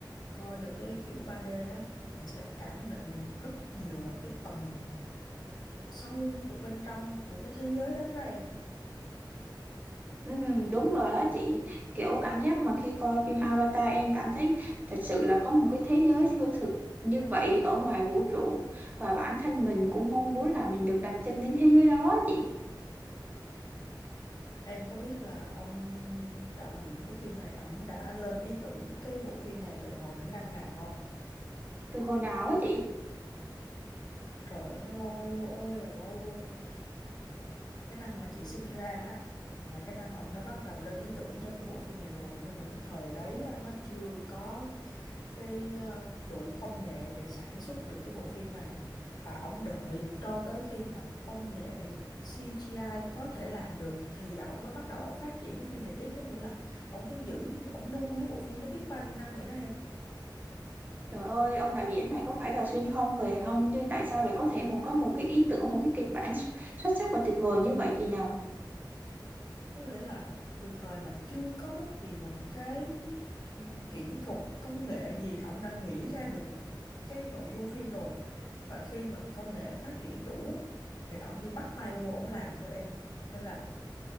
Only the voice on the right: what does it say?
Ừ, đúng rồi á chị kiểu cảm giác mà khi coi phim Avatar em cảm thấy thật sự là có một cái thế giới siêu thực như vậy ở ngoài vũ trụ và bản thân mình cũng mong muốn là mình được đặt chân đến thế giới đó á chị
từ hồi nào á chị
trời ơi ông đạo diễn này có phải là xuyên không về không nhưng tại sao lại có thể một có một cái ý tưởng một cái kịch bản xuất xuất sắc và tuyệt vời như vậy chị nhờ